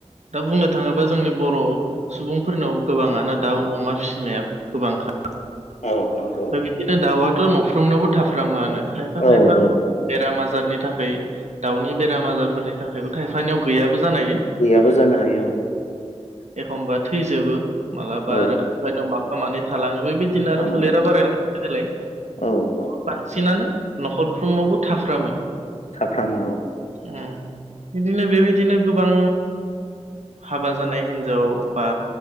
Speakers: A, on the right (about 75°); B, on the left (about 75°).
A: दा बुंनो थाङोबा जोंनि बर' सुबुंफोरनाव गोबाङानो दाउ अमा फिसिनाया गोबांखा
B: <inaudible> नंगौ
A: दा बिदिनो दाउआथ न'फ्रोमनायावबो थाफ्रामोआनो। खायफा
B: औ
A: खायफा
B: औ
A: बेराम आजारनि थाखा खै दाउनि बेराम आजारफोरनि थाखायबो थायफानियाव गैया बो जानो हायो
B: गैयाबो जानो हायो
A: एखमबा थैजोबो मालाबा
B: औ
A: आरो खायफानाव माफा मानै थलाङो बेबायदिनो आरो
B: खालामो
A: फोलेरा बाराय थायो नालाय
B: औ औ
A: बांसिनानो न'खरफ्रोमावबो थाफ्रामो।
B: थाफ्रामो औ
A: उम बिदिनो बेबायदिनो गोबां हाबा जानाय हिन्जाव बा